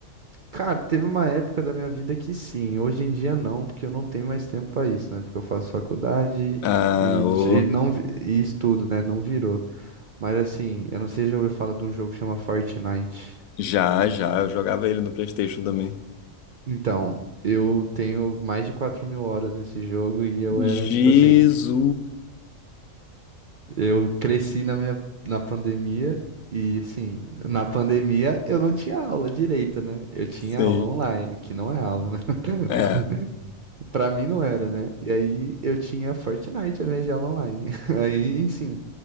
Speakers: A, on the right; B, on the left.
A: Cara, teve uma época da minha vida que sim, hoje em dia não, porque eu não tenho mais tempo pra isso, né? Porque eu faço faculdade
B: Ah,
A: e,
B: ô.
A: ti- e não vi- e estudo, né? Não virou. Mas assim, eu não sei se já ouviu falar de um jogo que chama Fortnite.
B: Já, já. Eu jogava ele no PlayStation também.
A: Então, eu tenho mais de 4 mil horas nesse jogo e eu
B: Jesus.
A: era tipo assim, eu cresci na minha na pandemia e assim, na pandemia eu não tinha aula direita, né? Eu tinha
B: <laughs> sei.
A: aula online, que não é aula, né? <laughs>
B: É.
A: Pra mim não era, né? E aí eu tinha Fortnite, a vez de aula online. <laughs> Aí, enfim,